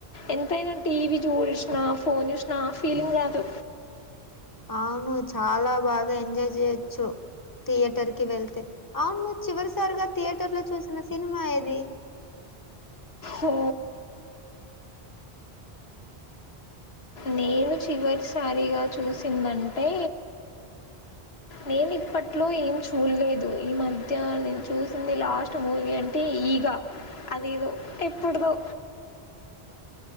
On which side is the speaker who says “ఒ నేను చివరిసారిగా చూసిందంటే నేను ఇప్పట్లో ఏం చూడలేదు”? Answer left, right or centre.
Left